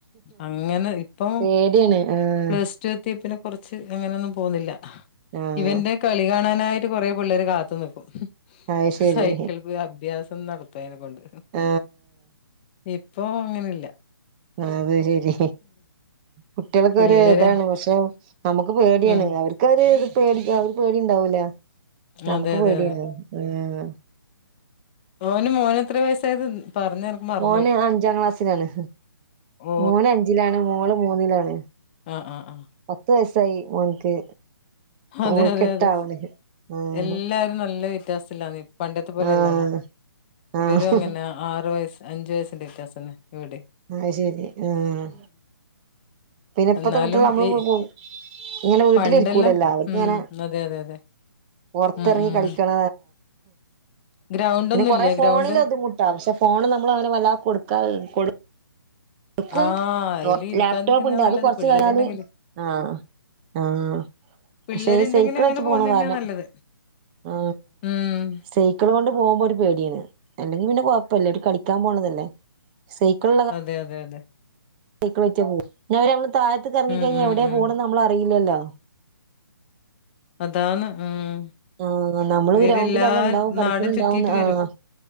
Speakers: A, on the left; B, on the right.
A: അങ്ങനെ ഇപ്പം
B: പേടിയാണ് ആഹ്
A: പ്ലസ്- റ്റുത്തിയപ്പിനെ കുറച്ച് അങ്ങനെയൊന്നും പോവുന്നില്ല
B: ആഹ്
A: ഇവന്റെ കളി കാണാനായിട്ട്. കൊറെ പിള്ളേര് കാത്തു നിക്കും
B: അത് ശരി
A: സൈക്കിൾ അഭ്യാസം നടത്തതിനെ കൊണ്ട്
B: ഹ്
A: ഇപ്പൊ അങ്ങനെല്ല
B: അത് ശരി കുട്ടികൾക്ക
A: പിള്ളേരെ
B: ഒരു ഇതാണ് പക്ഷെ നമുക്ക് പേടിയാണ്
A: ഉം
B: അവര്ക്ക് അവര് പേടിക പേടി ഉണ്ടാവൂല നമുക്ക്
A: അതെ അതെ
B: പേടിയാണ്
A: അതെ
B: ആഹ
A: ഓന് മോന് എത്ര വയസ്സായത് പറഞ്ഞ് എനക്ക് മറന്നോയി
B: മോന് അഞ്ചാം ക്ലാസ്സിലാണ്
A: ഓ
B: മോന് അഞ്ചിലാണ് മോള് മൂന്നിലാണ്
A: ആഹ ആഹ ആഹ
B: പത്ത് വയസായി മോൻക്ക്
A: അതെ
B: മോൾക്ക്
A: അതെ
B: എട്ടാവണ്
A: അതെ
B: ആഹ്
A: എല്ലാരും നല്ല വ്യത്യാസില്ലാന്ന് പണ്ടത്തെ പോലെല്ലല്ലോ
B: ആഹ്
A: ഇവരും
B: ആഹ്
A: അങ്ങനെ ആറു വയസ്സ് അഞ്ചു വയസ്സിന്റെ വിത്യാസന്നെ ഇവിടെ
B: ആ ശരി ആഹ പിന്നെ ഇപ്പത്തെ
A: എന്നാലും
B: കുട്ടികൾ നമ്മൾള്
A: ഈ
B: ഇങ്ങനെ വീട്ടിലിരിക്കൂല
A: പണ്ടെല്ലാം
B: എല്ലാരു
A: ഉം
B: ഇങ്ങനെ
A: അതെ അതെ അതെ
B: പുറത്തിറങ്ങി
A: ഉം ഉം
B: കളിക്കണ
A: ഗ്രൗണ്ട്
B: പിന്ന
A: ഒന്നും
B: കൊറെേ
A: ഇല്ലേ
B: ഫോണിൽ
A: ഗ്രൗണ്ട്
B: ഒതുങ്ങൂട്ട പക്ഷെ ഫോണ് നമ്മൾ അങ്ങനെ വല്ലാതെ കൊടുക്കാറില്ല കൊ ടുക്കും
A: ആ അയില് ഇരിക്കാൻ
B: ലാപ്ടോപ്പ്
A: നിൽക്കുന്ന
B: ഉണ്ട്
A: നല്ലത്
B: അത് കൊറച്ച്
A: പിള്ളേരുണ്ടെങ്കില്
B: കഴിഞ്ഞാല് ആഹ ആഹ
A: പിള്ളേരുണ്ടെങ്കിൽ
B: പക്ഷെ സൈക്കിൾ
A: അങ്ങനെ
B: വെച്ച്
A: പോകുന്ന
B: പോണ
A: തന്നെയാ
B: കാരണം
A: നല്ലത്
B: ആ
A: ഉം
B: സൈ ക്കളോണ്ട് പോമ്പോ ഒരു പേടിയാണ് അല്ലെങ്കിൽ പിന്നെ കുഴപ്പല്ലര് ഓര് കളിക്കാൻ പോണതല്ലേ സൈക്കിൾ
A: അതെ അതെ അതെ
B: ളേറ്റ് പോവു പിന്നെ അവരമ്മള് താഴത്ത്ക്ക് എറങ്ങിഴിഞ്ഞാ
A: ഉം ഉം
B: എവിടെ
A: ഉം
B: പോണത് നമ്മള അറിയുല്ലല്ലാ
A: അതാന്ന് ഉം
B: ആഹ നമ്മള്
A: ഇവരെല്ലാ
B: ഗ്രൗണ്ടിൽ അവിടെ ഉണ്ടാവും കളിക്ക്ണണ്ടാവുംന്ന്
A: നാടും ചുറ്റിയിട്ട്
B: ആ
A: വരും